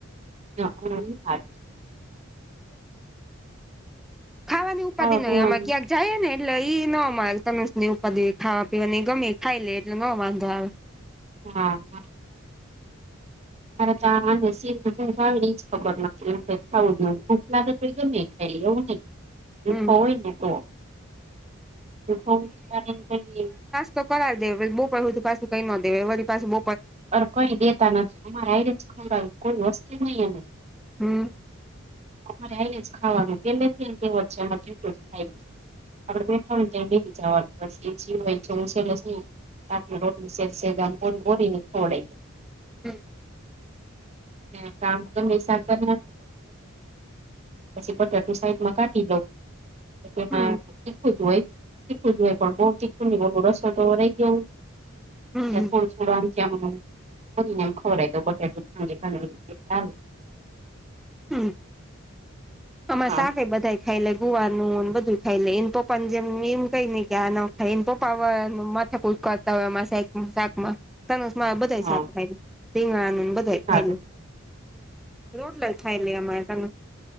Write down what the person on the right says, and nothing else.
હ હા
ખાવા
પીવાનું
હા હા મારે ચાને સી નથી ખાવ એ જ ખબર નથી એમ ખાવું દું ખટલા ગમે ખ એવું ને ચીખો
હોય ને તો ચો હોય ત કહી
અ કઈ દેતા નથી અમારે આજ ખબાવ કોઈ વસ્તી નહી એ
અમારે આવીને જ ખાવાનું તે નથી તે વચ્ચેમાં કેટું ખાય આપડે બે એ બીજા વાતી હોય હું છે. લી રોટ સેોોને ખોડા
હ કામ તો સારય પછી પટટું સાઈટમાં કાઢી લોઉ એ
ચીખું જોય ચીખું જોય પણ બ ચીખું બ ર તો રહી ગયો
હલો આમચમ મૂનેમ ખૌરા દો ગોઠથી ફંગલી ફ
હા
હા
હારું